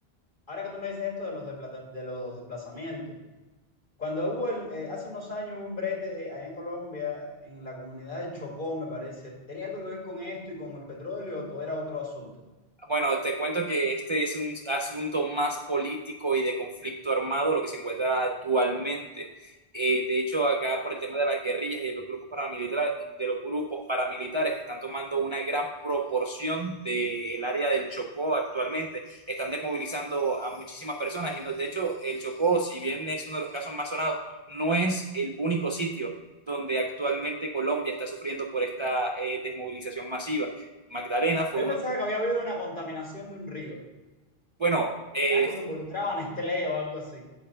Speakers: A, on the left; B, on the right.
A: ahora que tú me dices esto de los, deplata- de los desplazamientos. Cuando hubo el, eh, hace unos años hubo un brete allá en Colombia, en la comunidad del Chocó, me parece. ¿Tenía algo que ver con esto y con el petróleo o era otro asunto?
B: Bueno, te cuento que este es un asunto más político y de conflicto armado, lo que se encuentra actualmente. Eh, de hecho, acá por el tema de las guerrillas y de los grupos paramilitares, de los grupos paramilitares están tomando una gran proporción del área del Chocó actualmente. Están desmovilizando a muchísimas personas y no- de hecho, el Chocó, si bien es uno de los casos más sonados, no es el único sitio donde actualmente Colombia está sufriendo por esta eh, desmovilización masiva. Magdalena fue
A: Pero
B: uno
A: yo pensaba que había habido una contaminación de un río,
B: bueno, eh,
A: algo que involucraba a Nestlé o algo así.